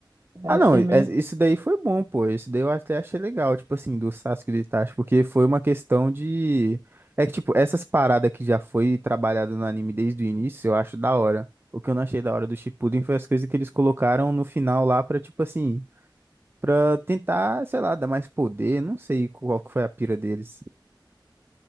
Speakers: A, on the right; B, on the right.
A: Eu
B: Ah,
A: achei
B: não, é-
A: meio...
B: isso daí foi bom, pô. Isso daí eu até achei legal, tipo assim, do Sasuke e do Itachi, porque foi uma questão de. É que, tipo, essas paradas que já foi trabalhada no anime desde o início, eu acho da hora. O que eu não achei da hora do Shippuden foi as coisas que eles colocaram no final lá pra, tipo assim, pra tentar, sei lá, dar mais poder. Não sei qual que foi a pira deles.